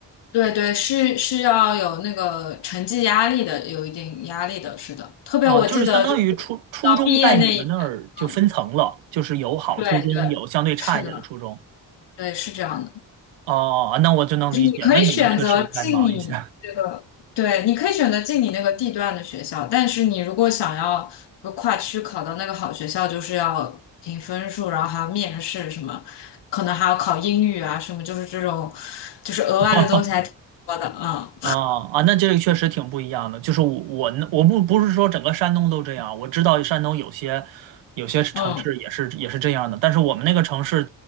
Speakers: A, on the left; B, on the right.
A: 对对，是是要有那个成绩压力的，有一定压力的，是的。特别我记得就是
B: 啊，就是相当于初初中在你们那儿就分层了，
A: 到毕业那一年，嗯，
B: 就是有好初中，
A: 对对，
B: 有相对差一点的初中。
A: 是的，对，是这样的。
B: 哦，那我就能理解，
A: 就是你可以选择进你这个，
B: 那你们确实应该忙一下。
A: 对，你可以选择进你那个地段的学校，但是你如果想要就跨区考到那个好学校，就是要凭分数，然后还要面试什么，可能还要考英语啊什么，就是这种，就是额外的东西还挺多的，
B: <laughs>
A: 嗯
B: 啊啊，那这个确实挺不一样的。就是我我呢我不不是说整个山东都这样，我知道山东有些有些城市也是也是这样的，
A: 嗯
B: 但是我们那个城市